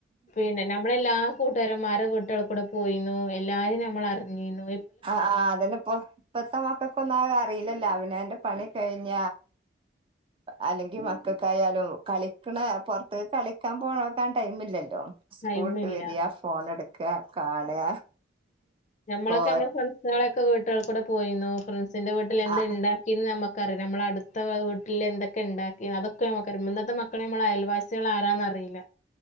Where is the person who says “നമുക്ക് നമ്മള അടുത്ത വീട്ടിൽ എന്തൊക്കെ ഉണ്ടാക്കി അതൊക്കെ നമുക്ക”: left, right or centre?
Left